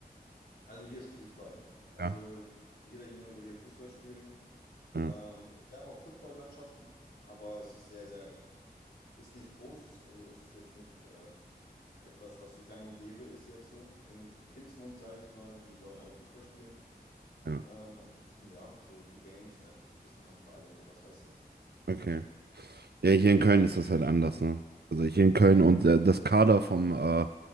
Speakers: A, on the left (about 75°); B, on the right (about 80°).
A: Also hier ist Fußball. Also
B: Ja.
A: jeder Junge will hier Fußball spielen.
B: Ja,
A: Ähm, wir haben auch Footballmannschaften, aber es ist sehr, sehr, ist nicht groß, ist, also ist jetzt nicht äh, etwas, was so gang und gäbe ist jetzt so. Im Kindsmund, sage ich mal, die wollen alle Fußball spielen.
B: ja.
A: Ähm, ansonsten, ja, so die gängigsten einfach so ein bisschen Handball und sowas, weißt du?
B: Okay. Ja, hier in Köln ist das halt anders, ne? Also hier in Köln und äh, das Kader vom, äh, äh,